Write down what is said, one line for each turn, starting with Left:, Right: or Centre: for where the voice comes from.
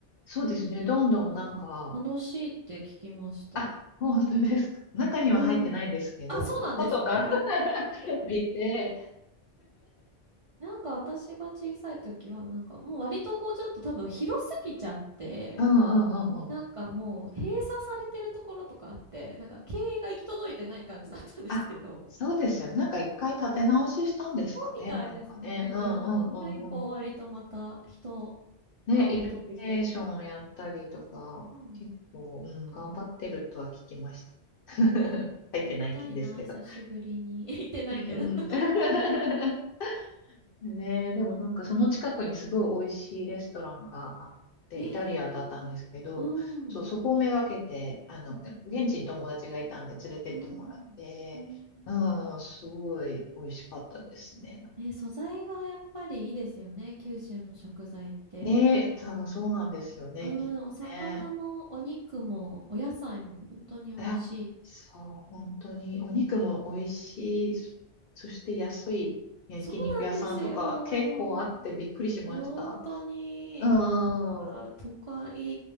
Left: そうですね。どんどんなんか、
Right: なんか楽しいって聞きました。
Left: あ、本当ですか。中には入ってないんですけど、
Right: うん。あ、そうなんですね。
Left: ちょっと外から <laughs> 見て、
Right: なんか私が小さい時は、なんかもう割とこうちょっと多分広すぎちゃって、
Left: うんうんうんうん。
Right: なんかもう閉鎖されてるところとかあって、なんか経営が行き届いてない感じだったんですけど、
Left: あ、そうですよ。なんか一回立て直ししたんですかね。
Right: そうみたいですね。
Left: なんかね。うんうんうんうん。
Right: それ以降割とまた人
Left: ね、
Right: が戻ってきてるというか。
Left: イルミネーションやったりとか、
Right: うん。うん
Left: 結構、うん、頑張ってるとは聞きました。<laughs>
Right: えー行ってみたいな、
Left: けど。
Right: 久しぶりに。<laughs> 行ってないけど。
Left: うん。
Right: <laughs>
Left: <laughs> ねえ、でもなんかその近くにすごい美味しいレストランがあって、
Right: えー、
Left: イタリアンだったんですけど、
Right: うん。
Left: そう、そこをめがけて、あの、現地に友達がいたんで連れてってもらって、
Right: うん。うん。
Left: うん、すごい美味しかったですね。
Right: ね、素材がやっぱりいいですよね、九州の食材って。
Left: ねえ、そうそうなんですよね、
Right: うん、
Left: きっとね。
Right: お魚もお肉もお野菜も本当に美味しい。
Left: あ、そう、本当に。お肉も美味しい。そそして安い焼肉屋さんとか結構あってびっくりしました。
Right: そうなんですよ。本当に、
Left: うーん。
Right: もうなんか都会